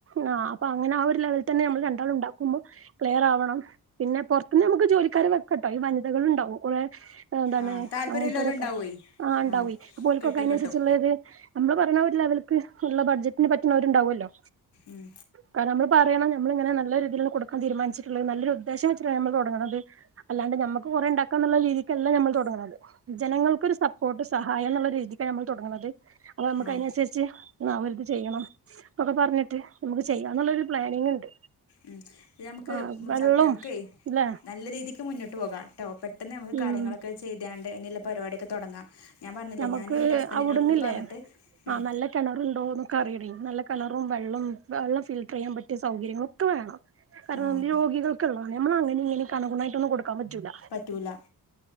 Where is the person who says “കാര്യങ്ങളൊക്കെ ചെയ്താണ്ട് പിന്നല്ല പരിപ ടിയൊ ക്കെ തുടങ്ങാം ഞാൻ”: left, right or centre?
Left